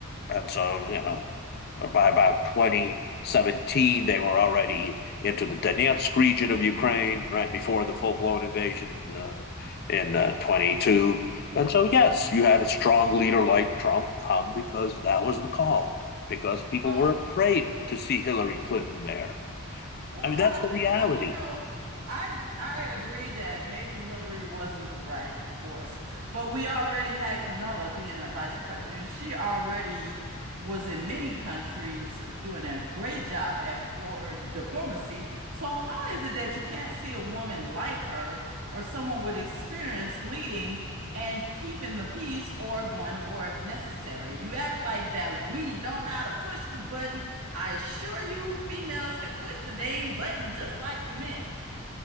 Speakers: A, on the left; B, on the right.
A: and so you know, by about 2017, they were already into the Donetsk region of Ukraine, right before the full blown invasion in, uh, in uh, 22. And so, yes, you had a strong leader like Trump come because that was the call, because people
B: Well,
A: were afraid to see Hillary Clinton there.
B: well,
A: I mean,
B: how
A: that's the reality.
B: is it? Um, you know, I I agree that maybe Hillary wasn't the right course But we already had Kamala being a vice president. She already was in many countries doing a great job at foreign diplomacy. So how is it that you can't see a woman like her or someone with experience leading and keeping the peace or going to war if necessary? You act like that we don't know how to push the button. I assure you, females can push the dang button just like the men.